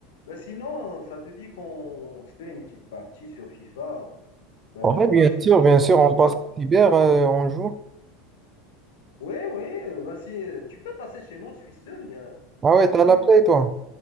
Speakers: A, on the left; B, on the right.
A: Ben, sinon, ça te dit qu'on se fait une petite partie sur FIFA. Ben,
B: Ouais,
A: soit
B: bien
A: tu
B: sûr, bien sûr,
A: tu te déplaces.
B: on passe cyber, euh, on joue.
A: Oui, oui, euh, ben, si, euh, tu peux passer chez moi, je suis seul. il y a-
B: Ah ouais,
A: Donc
B: t'as
A: tu,
B: la play, toi?